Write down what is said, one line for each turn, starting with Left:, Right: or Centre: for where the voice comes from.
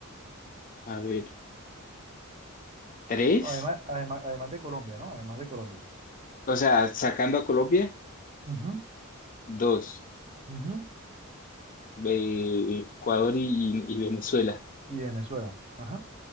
Left: a ver, tres,
Right: Además, además, además de Colombia, ¿no? Además de Colombia.
Left: o sea, sacando a Colombia,
Right: Ujú,
Left: dos,
Right: ujú.
Left: Eh, Ecuador y, y- y Venezuela.
Right: Y Venezuela. Ajá.